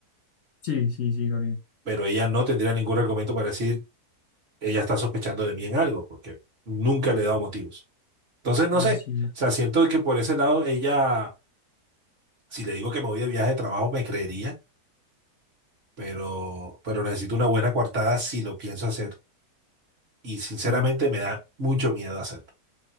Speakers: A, on the left; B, on the right.
A: sí, sí, sí, Gabriel.
B: pero ella no tendría ningún argumento para decir, ella está sospechando de mí en algo, porque nunca le he dado motivos. Entonces, no
A: Ah,
B: sé,
A: sí,
B: o sea, siento que por ese lado ella, si le digo que me voy de viaje de trabajo, me creería pero, pero necesito una buena coartada si lo pienso hacer. Y sinceramente
A: sí,
B: me da mucho miedo hacerlo.